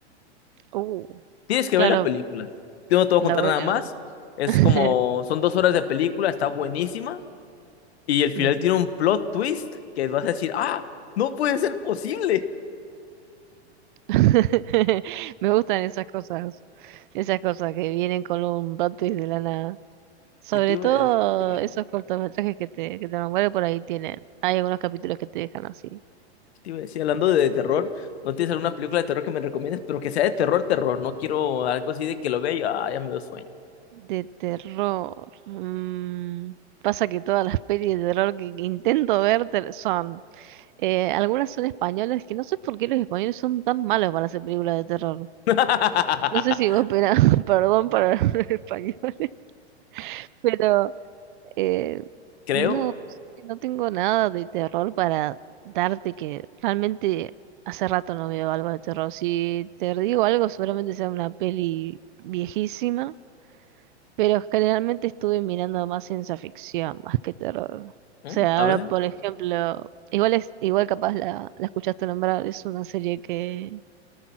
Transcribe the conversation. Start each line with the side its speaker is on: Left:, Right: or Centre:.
Right: Uh.
Left: Tienes que
Right: Claro,
Left: ver la película. Yo no te voy
Right: la
Left: a contar
Right: voy
Left: nada
Right: a
Left: más.
Right: ver.
Left: Es
Right: <laughs>
Left: como, son dos horas de película, está buenísima. Y el final
Right: Bien.
Left: tiene un plot twist que vas a decir, ah, no puede ser posible.
Right: <laughs> Me gustan esas cosas. Esas cosas que vienen con un plot twist de lana Sobre
Left: ¿Qué te iba
Right: todo
Left: a decir? ¿Qué
Right: esos cortometrajes que te, que te nombré por ahí tienen. Hay algunos capítulos que te dejan así.
Left: te iba a decir? Hablando de terror, ¿no tienes alguna película de terror que me recomiendes? Pero que sea de terror, terror. No quiero algo así de que lo vea y ah, ya me dio sueño.
Right: De terror. mm, Pasa que todas las pelis de terror que intento ver te- son. eh, algunas son españolas, que no sé por qué los españoles son tan malos para hacer películas de terror.
Left: <laughs>
Right: No sé si vos, pena- <laughs> perdón para los españoles, <laughs> pero Eh,
Left: Creo.
Right: no, no tengo nada de terror para darte que realmente hace rato no veo algo de terror. Si te digo algo, seguramente sea una peli viejísima, pero generalmente estuve mirando más ciencia ficción, más que terror.
Left: Mm,
Right: O sea,
Left: A
Right: ahora
Left: ver,
Right: por ejemplo, igual es, igual capaz la, la escuchaste nombrar, es una serie que,